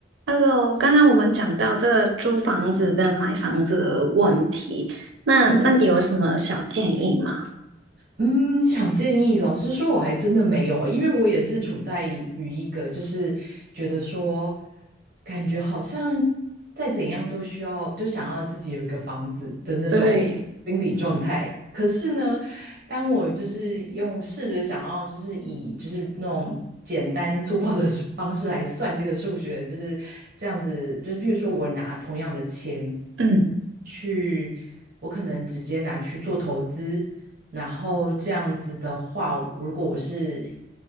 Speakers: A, on the right; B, on the right.
A: Hello，刚刚我们讲到这租房子跟买房子的问题，那那你有什么小建议吗？
B: 嗯嗯，小建议。老实说，我还真的没有，因为我也是处在于一个就是觉得说，感觉好像再怎样都需要，就想要自己有一个房子的那种心理状态。
A: 对，
B: 可是呢，当我就是用试着想要就是以就是那种简单粗暴的 <laughs> 方式来算这个数学，就是这样子，就是譬如说我拿同样的钱
A: 嗯
B: 去，我可能直接拿去做投资。然后这样子的话，如果我是，